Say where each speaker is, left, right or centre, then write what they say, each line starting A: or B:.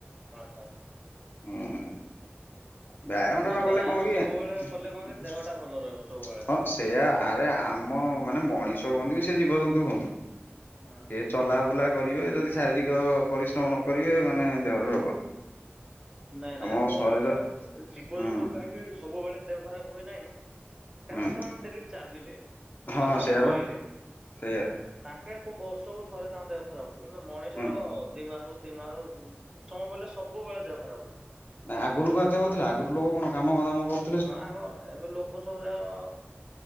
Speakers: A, on the right; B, on the left.
A: ଓହୋଃ।
B: ହୁଁ ଉଁ। ବ୍ୟାୟାମଟା
A: ନା
B: ନ କଲେ
A: ବ୍ୟାୟାମ
B: କଣ କି,
A: ସବୁବେଳେ କଲେ କଣ ଦେହଟା ଭଲ ରହିବ ସବୁବେଳେ।
B: ହଁ ସେଇଆା ଆରେ ଆମ ମାନେ ମଣିଷ ହୁଅନ୍ତୁ କି ସେ ଜୀବଜନ୍ତୁ ହୁଅନ୍ତୁ।
A: ହଁ।
B: ଏ ଚଲାବୁଲା କରିବେ ଯଦି ଶାରୀରିକ ପରିଶ୍ରମ ନ କରିବେ ମାନେ ଦେହରେ ରୋଗ।
A: ନାଇଁ ନାଇଁ
B: ଆମ
A: ମଣିଷ
B: ଶରୀର
A: ଜୀବଜନ୍ତୁ
B: ହୁଁ
A: କାହିଁକି ସବୁବେଳେ ଦେହ ଖରାପ ହୁଏ ନାଇଁ। କାରଣ
B: ହୁଁ
A: ସେମାନେ ଡେଲି ଚାଲିଲେ
B: ହଁ
A: ଆମେ
B: ସେଇଆ
A: ଶୋଇଲେ।
B: ବା ସେଇଆ
A: ତାଙ୍କେ କୋଉ ବର୍ଷକୁ ଥରେ ତାଙ୍କ ଦେହ ଖରାପ ହେବ କିନ୍ତୁ ମଣିଷର
B: ହୁଁ।
A: ଦି ମାସକୁ ଦି ମାସକୁ, ସମୟ ପଡିଲେ ସବୁବେଳେ ଦେହ ଖରାପ ରୁହେ।
B: ନାଇଁ ଆଗରୁ କଣ ଏତେ ହଉଥିଲା ଆଗରୁ ଲୋକ କଣ କାମ ଦାମ କରୁ।
A: ହଁ ଆଗ ଏବେ ଲୋକ ସବୁୁଯାକ